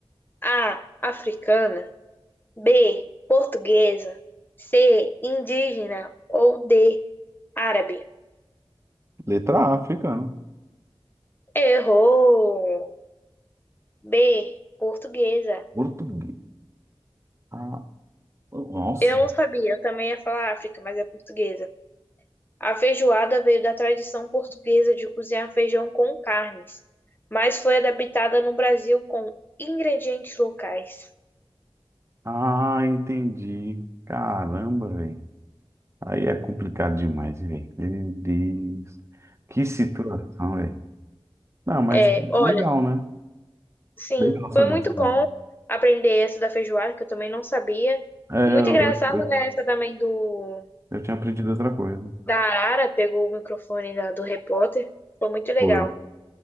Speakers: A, on the left; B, on the right.
A: A. Africana. B. Portuguesa. C. Indígena. Ou D. Árabe.
B: letra A, africano.
A: Errou! B. Portuguesa.
B: Português. Ah, nossa.
A: Eu não sabia, eu também ia falar África, mas é portuguesa. A feijoada veio da tradição portuguesa de cozinhar feijão com carnes, mas foi adaptada no Brasil com ingredientes locais.
B: Ah, entendi. Caramba, velho. Aí é complicado demais, velho. Meu Deus. Que situação, velho. Não, mas
A: É, olha.
B: legal, né?
A: Sim,
B: Legal saber
A: foi muito
B: disso
A: bom
B: aí.
A: aprender essa da feijoada, que eu também não sabia.
B: É,
A: E muito
B: eu,
A: engraçado
B: eu, eu
A: né, essa também do
B: eu tinha aprendido outra coisa.
A: da Arara, pegou o microfone da- do repórter. Foi muito legal.
B: Foi.